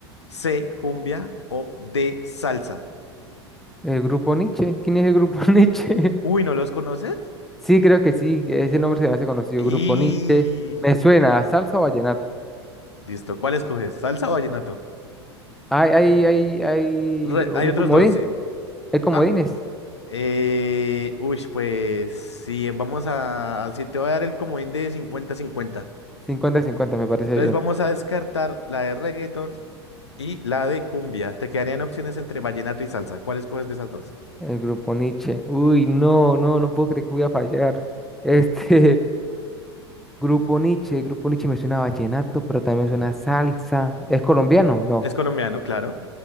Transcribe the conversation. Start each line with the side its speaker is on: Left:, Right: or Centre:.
Left: C, cumbia o D, salsa.
Centre: El grupo Nietzsche. ¿Quién es el grupo <laughs> Nietzsche?
Left: Uy, ¿no los conoces?
Centre: Sí, creo que sí, ese nombre se me hace conocido,
Left: Y
Centre: Grupo Nietzsche. Me suena a salsa o vallenato.
Left: listo, ¿cuál escoges? ¿Salsa o vallenato?
Centre: Hay, hay, hay, hay
Left: Re-
Centre: un
Left: Hay otros
Centre: comodín,
Left: dos, sí.
Centre: hay comodines.
Left: Ah. Eh, uy, pues sí, vamos a, si te voy a dar el comodín de cincuenta-cincuenta.
Centre: Cincuenta, cincuenta, me parece
Left: Entonces
Centre: bien.
Left: vamos a descartar la de reggaeton y la de cumbia. Te quedarían opciones entre vallenato y salsa. ¿Cuál escoges de esas dos?
Centre: El Grupo Nietzsche. Uy, no, no, no puedo creer que voy a fallar. Este, <laughs> Grupo Nietzsche, Grupo Nietzsche me suena a vallenato, pero también me suena a salsa. ¿Es colombiano? No.
Left: Es colombiano, claro.